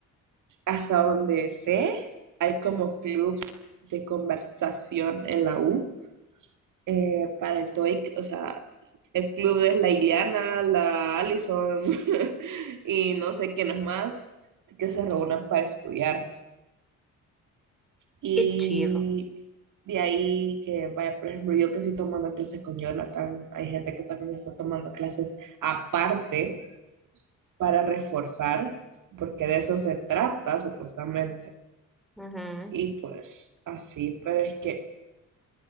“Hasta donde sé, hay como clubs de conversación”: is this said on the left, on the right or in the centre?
Right